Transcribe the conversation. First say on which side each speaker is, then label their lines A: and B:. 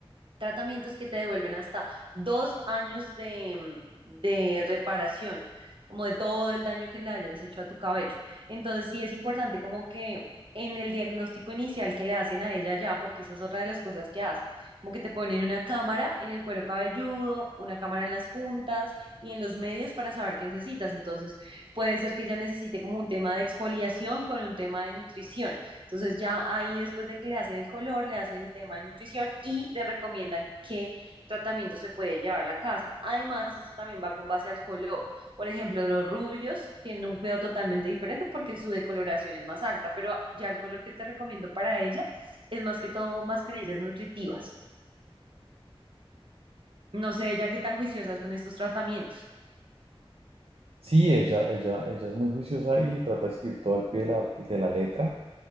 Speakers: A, on the right (about 55°); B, on the right (about 75°).
A: tratamientos que te devuelven hasta dos años de, de reparación, como de todo el daño que le hayas hecho a tu cabello. Entonces sí es importante como que en el diagnóstico inicial que le hacen a ella ya, porque esa es otra de las cosas que hacen, como que te ponen una cámara en el cuero cabelludo, una cámara en las puntas y en los medios para saber qué necesitas. Entonces, puede ser que ella necesite como un tema de exfoliación con un tema de nutrición. Entonces ya ahí después de que le hacen el color, le hacen el tema de nutrición y le recomiendan qué tratamiento se puede llevar a la casa. Además, esto también va con base al color. Por ejemplo, los rubios tienen un cuidado totalmente diferente porque su decoloración es más alta, pero ya el color que te recomiendo para ella es más que todo mascarillas nutritivas. No sé, ya qué tan juiciosas con estos tratamientos.
B: Sí, ella, ella, ella es muy juiciosa y trata de seguir todo al pie de la, de la letra.